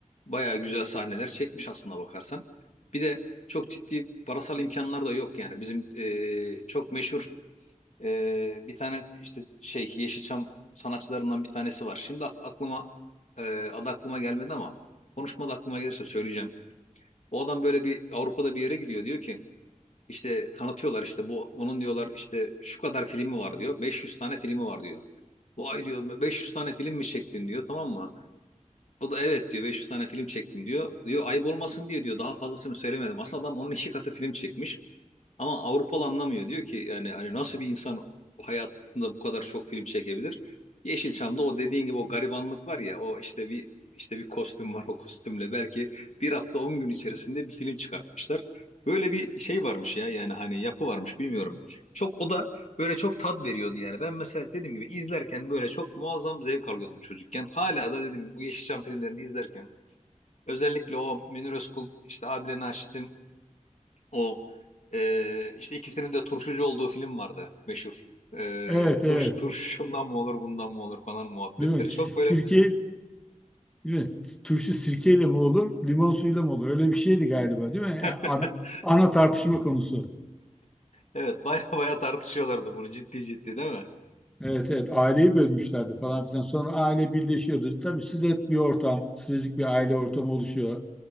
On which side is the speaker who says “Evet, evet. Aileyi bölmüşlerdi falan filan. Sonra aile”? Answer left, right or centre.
Centre